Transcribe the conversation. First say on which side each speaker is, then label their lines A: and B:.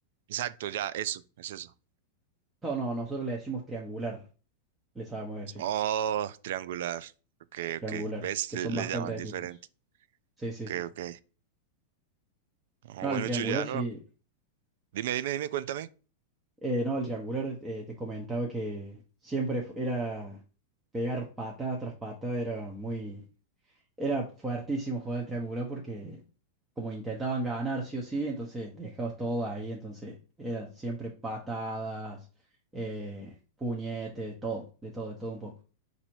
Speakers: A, on the right (about 70°); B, on the right (about 15°).
A: Exacto, ya, eso, es eso.
B: No, no, nosotros le decimos triangular, le sabemos decir,
A: Oh, triangular. Ok,
B: triangular,
A: ok. ¿Ves?
B: que
A: Le,
B: son
A: le
B: bastantes
A: llaman diferente.
B: equipos. Sí, sí,
A: Ok,
B: sí.
A: ok. Ah,
B: No,
A: bueno,
B: el triangular
A: Juliano,
B: sí.
A: dime, dime, dime, cuéntame.
B: Eh, no, el triangular eh, te comentaba que siempre fu- era pegar patada tras patada, era muy, Era, fue hartísimo jugar al triangular porque como intentaban ganar sí o sí, entonces dejabas todo ahí, entonces era siempre patadas, eh, puñete, de todo, de todo, de todo un poco.